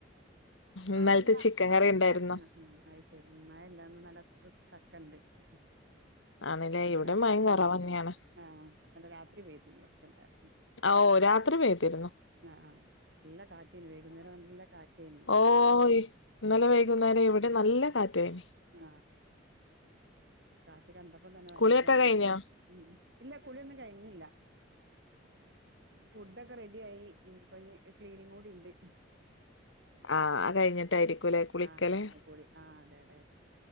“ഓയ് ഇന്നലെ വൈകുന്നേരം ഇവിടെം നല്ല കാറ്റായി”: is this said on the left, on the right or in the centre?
Left